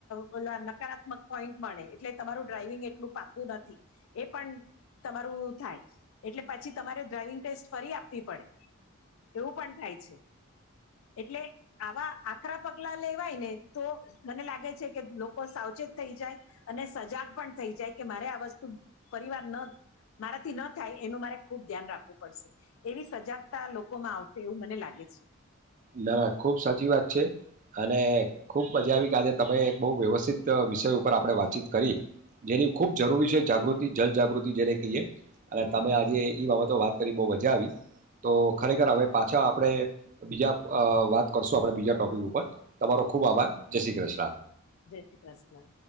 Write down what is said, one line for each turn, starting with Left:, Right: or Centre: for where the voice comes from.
Left: ઓલા નકારાત્મક પોઈન્ટ મળે એટલે તમારું ડ્રાઈવિંગ એટલું પાકું નથી, એ પણ તમારું થાય એટલે પછી તમારે ડ્રાઈવિંગ ટેસ્ટ ફરી આપવી પડે, એવું પણ થાય છે, એટલે આવા આકરા આકરા પગલા લેવાય ને તો મને લાગે છે કે લોકો સાવચેત થઈ જાય, અને સજાગ પણ થઈ જાય કે, મારે આ વસ્તુ પરિવાર ન મારાથી ન થાય એનું મારે ખુબ ધ્યાન રાખવું પડશે, એવી સજાગતા લોકોમાં આવશે એવું મને લાગે છે.
Right: ના ના ખુબ સાચી વાત છે. અને ખૂબ મજા આવી કે આજે તમે બો વ્યવસ્થિત વિષય ઉપર આપણે વાતચીત કરી, જેની ખૂબ જરૂરી છે જાગૃતિ, જલજાગૃતિ જેને કહીએ. અને
Left: હમ
Right: તમે આજે ઈ બાબત તો વાત કરી બો મજા આવી, તો ખરેખર હવે પાછા આપણે બીજા અ વાત કરશું આપડે બીજા ટોપિક ઉપર, તમારો ખુબ આભાર, જય શ્રી કૃષ્ણ.
Left: જય શ્રી કૃષ્ણ.